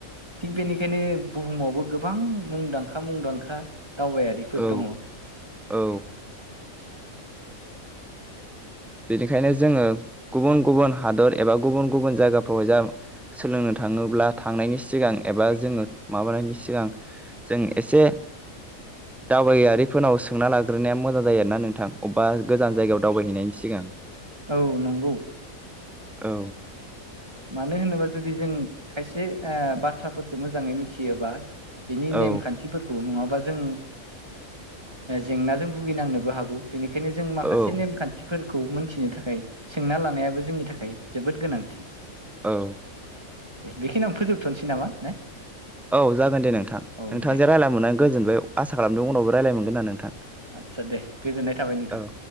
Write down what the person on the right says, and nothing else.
थिग बेनिखायनो बुहुमावबो गोबां मुंदांखा मुंदांखा दावबायारिफोर
दङ।
औ नंगौ
मानो होनोबा जुदि जों खायसे ओ बाथ्राफोरखौ मोजाङै मिथियोबा बेनि
नेमखान्थिफोरखौ नङा बा जों जेंनाजों भुगिनांनोबो हागौ बेनिखायनो जों माखासे
नेमखान्थिफोर खौ मोनथिनो थाखाय सोंना लानायाबो जोंनि थाखाय जोबोद गोनांथि
<unintelligible> बे खिनियावनो फोजोबथ'नोसै नामा ना
औ
दे
दे
आदसा दे गोजोननाय थाबाय नोंथां